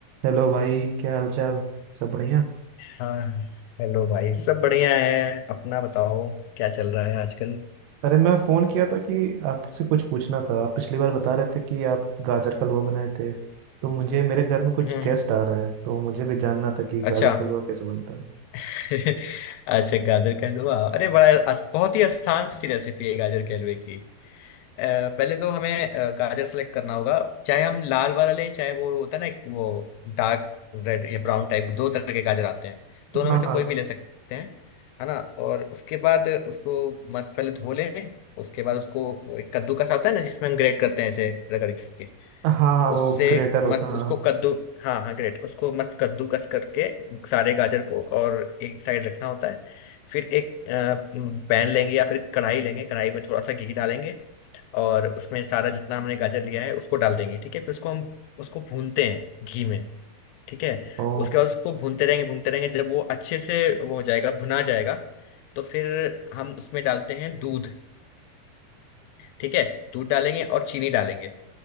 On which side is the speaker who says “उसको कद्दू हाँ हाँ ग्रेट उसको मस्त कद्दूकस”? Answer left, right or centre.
Left